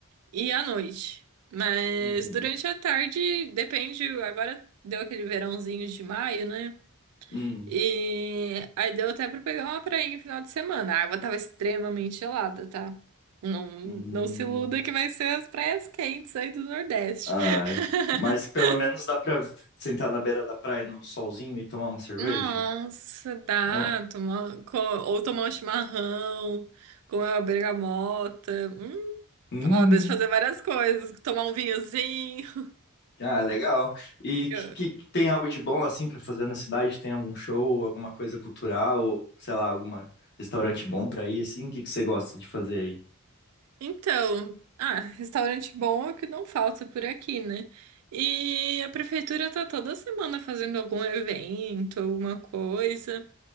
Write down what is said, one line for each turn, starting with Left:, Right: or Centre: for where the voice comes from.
Right: E à noite. Mas
Left: Uhum.
Right: durante a tarde, depende. Agora deu aquele verãozinho de maio, né?
Left: Hum.
Right: E aí deu até pra pegar uma prainha no final de semana. A água tava extremamente gelada, tá? Não,
Left: Uhum.
Right: não se iluda que vai ser as praias quentes aí do Nordeste.
Left: Ai,
Right: <laughs>
Left: mas pelo menos dá pra sentar na beira da praia no solzinho e tomar uma cerveja?
Right: Nossa, dá.
Left: Não.
Right: Tomar, co- ou tomar um chimarrão, comer uma bergamota. Hum,
Left: Hum.
Right: ó, dá de fazer várias coisas. Tomar um vinhozinho.
Left: Ah, legal. E que,
Right: <laughs>
Left: que- tem algo de bom assim pra fazer na cidade? Tem algum show, alguma coisa cultural, ou sei lá, algum restaurante bom pra ir assim? O que que você gosta de fazer aí?
Right: Então, ah, restaurante bom é o que não falta por aqui, né? E a prefeitura tá toda semana fazendo algum evento, alguma coisa.